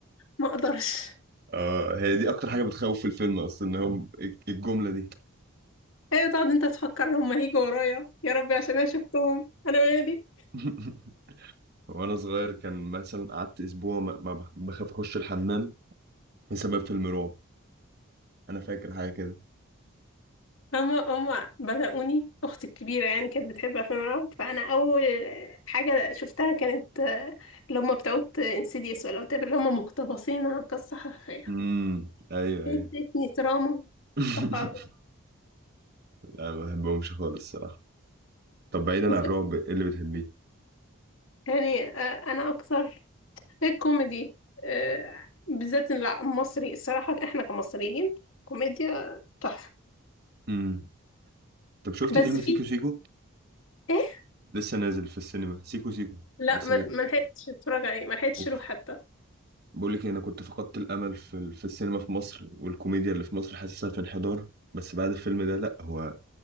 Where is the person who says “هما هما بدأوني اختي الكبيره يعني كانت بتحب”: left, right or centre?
Left